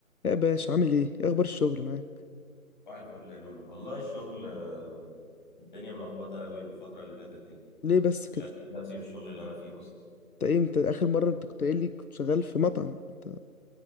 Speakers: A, on the left; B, on the left.
A: يا باشا عامل ايه ايه اخبار الشغل معاك
B: صباح الفل يا لولو والله الشغل آه، الدنيا ملخبطة قوي الفترة اللي فاتت دي
A: ليه بس
B: شكلي
A: كده
B: ده هسيب الشغل اللي أنا فيه أصلا
A: انت ايه انت اخر مره انت كنت قايل لي كنت شغال في مطعم انت